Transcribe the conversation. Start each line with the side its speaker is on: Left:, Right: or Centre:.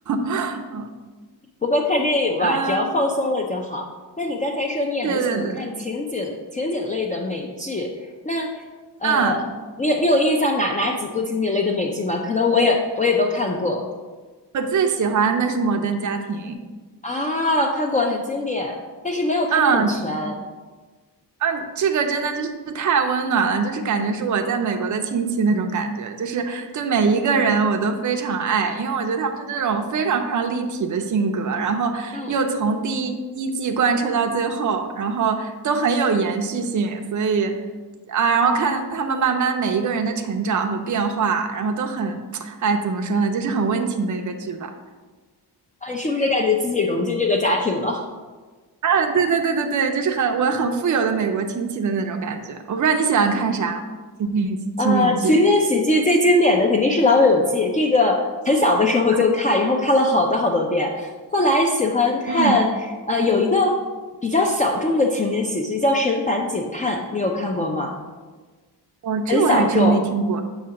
Right: <laughs> 嗯
Left: 不过看电影嘛，
Right: 嗯，
Left: 只要放松了就好。那你刚才说你也很喜欢看情景情景类的美剧，
Right: 对对对，
Left: 那呃，
Right: 嗯，
Left: 你你有印象哪哪几部情景类的美剧吗？可能我也我也都看过
Right: 我最喜欢的是《摩登家庭》。
Left: 啊，看过很经典，但是没有看的很全。
Right: 嗯，嗯，这个真的就是太温暖了，就是感觉是我在美国的亲戚那种感觉，就是对每一个人我都非常爱，因为我觉得他们是那种非常非常立体的性格，然后又从第一一季贯彻到最后，
Left: 嗯，
Right: 然后都很有延续性，所以啊，然后看他们慢慢每一个人的成长和变化，然后都很，<tsk> 哎，怎么说呢，就是很温情的一个剧吧。
Left: 啊，你是不是感觉自己融进这个家庭了？
Right: 啊，对对对对对，就是很我很富有的美国亲戚的那种感觉。我不知道你喜欢看啥情景情景剧
Left: 啊，情景喜剧最经典的肯定是《老友记》，这个很小的时候就看，
Right: 啊？
Left: 然后看了好多好多遍。后来喜欢看，
Right: 嗯，
Left: 呃，有一个比较小众的情景喜剧叫《神烦警探》，你有看过吗？
Right: 我这我还真没听过，
Left: 很小众，